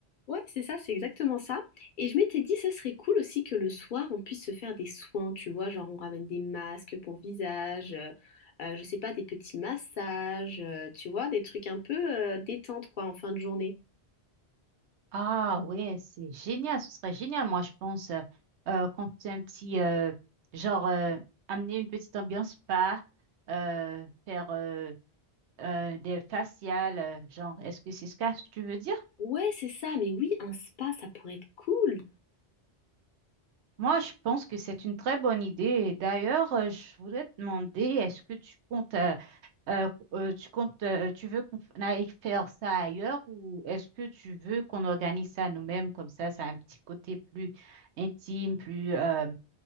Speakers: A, on the left; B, on the right.
A: Ouais, c'est ça, c'est exactement ça. Et je m'étais dit, ça serait cool aussi que le soir, on puisse se faire des soins, tu vois, genre on ramène des masques pour visage, euh, euh, je sais pas, des petits massages, euh, tu vois, des trucs un peu euh, détente, quoi, en fin de journée.
B: Ah ouais, c'est génial. Ce serait génial, moi, je pense, euh, euh, qu'on fait un petit, euh, genre, euh, amener une petite ambiance spa, euh, faire euh, euh, des faciales, euh, genre, est-ce que c'est ce que tu veux dire?
A: Ouais, c'est ça, mais oui, un spa, ça pourrait être cool.
B: Moi, je pense que c'est une très bonne idée. Et D'ailleurs, euh, je voulais te demander, est-ce que tu comptes, euh, euh, euh, tu comptes, euh, tu veux qu'on aille faire ça ailleurs ou est-ce que tu veux qu'on organise ça nous-mêmes comme ça, ça a un petit côté plus intime, plus euh,